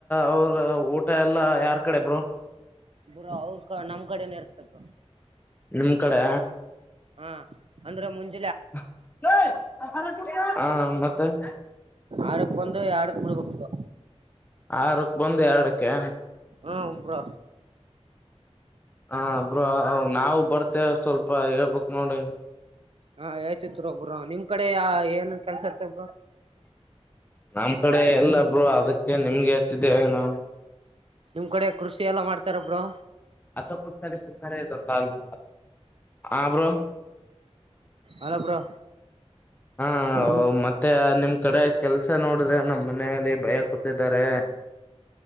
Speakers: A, on the left; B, on the right.
A: ಅವರು ಊಟ ಎಲ್ಲಾ ಯಾರ್ ಕಡೆ ಬ್ರೋ
B: ಬ್ರೋ ಅವ್ರ ಕ ನಮ್ ಕಡೆನ ಇರುತ್ತ ಬ್ರೋ
A: ನಿಮ್ ಕಡೆ
B: ಹಾ ಅಂದ್ರೆ ಮುಂಜ್
A: ಹ ಮತ್ <unintelligible>
B: ಆರಕ್ ಬಂದು ಎರಡಕ್ ಬಿಡ್ಬೇಕ್ ಬ್ರೋ
A: ಆರಕ್ ಬಂದು ಎಡುಕ್ಕೆ
B: ಹೂ ಬ್ರೋ
A: ಹ ಬ್ರೋ ನಾವು ಬರ್ತೆೇವೆ ಸ್ವಲ್ಪ ಹೇಳ್ಬೇಕ್ ನೋಡಿ
B: ಹಾ ಹೇಳ್ತೀವ ತಗೋ ಬ್ರೋ ನಿಮ್ ಕಡೆಯ ಏನ್ ಕೆಲ್ಸ ಇರ್ತ ಬ್ರೋ
A: ನಮ್ ಕಡೆ ಇಲ್ಲಾ ಬ್ರೋ ಅದಕ್ಕೆ ನಿಮ್ಗೆ ಹೆಚ್ಚಿದ್ದೇವೆ ನಾವು
B: ನಿಮ್ ಕಡೆ ಕೃಷಿ ಎಲ್ಲಾ ಮಾಡ್ತಾರಾ ಬ್ರೋ
A: ಅಕ ಪಕ <unintelligible> ಹಾ ಬ್ರೋ
B: ಅಲ್ಲ ಬ್ರೋ
A: ಹಾ ವೋ
B: ನಿಮ್
A: ಮತ್ತೆ ನಿಮ್ ಕಡೆ ಕೆಲ್ಸ ನೋಡಿದ್ರೆ ನಮ್ಮ ಮನೆಯಲ್ಲಿ ಭಯ ಕೂತಿದ್ದಾರೆ